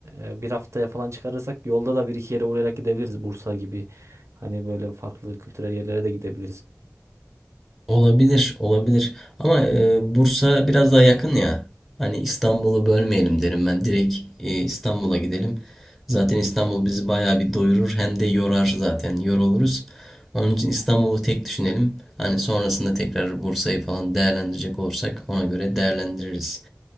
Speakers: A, on the right (about 60°); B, in the centre.
A: e, bir haftaya falan çıkarırsak yolda da bir iki yere uğrayarak gidebiliriz. Bursa gibi hani böyle farklı kültürel yerlere de gidebiliriz.
B: Olabilir, olabilir. Ama e, Bursa biraz daha yakın ya. Hani İstanbul'u bölmeyelim derim ben. Direkt e, İstanbul'a gidelim. Zaten İstanbul bizi bayağı bir doyurur. Hem de yorar zaten. Yoruluruz. Onun için İstanbul'u tek düşünelim. Hani sonrasında tekrar Bursa'yı falan değerlendirecek olursak ona göre değerlendiririz.